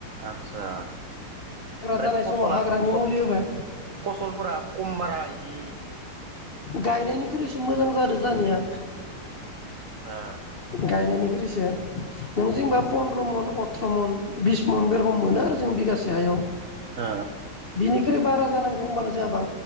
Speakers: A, on the right; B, on the left.
A: आदसा। ओमफ्राय
B: जानाय
A: फसला
B: समाव हाग्रानि
A: फस
B: मुलि होबाय
A: फसलफोरा खम बारा इदि बि
B: गायनायनिख्रैसो मोजां जादो जानाया
A: आदसा
B: गायनायनिख्रैसो। <unintelligible> नों जेनबा फन्द्र मन अथ थ्र मन बिस मन बे रखम मोनो आरो जों बिगास जायाव
A: ओ
B: बिनिख्रै बारा। जानांगौ होनबानो जायाबां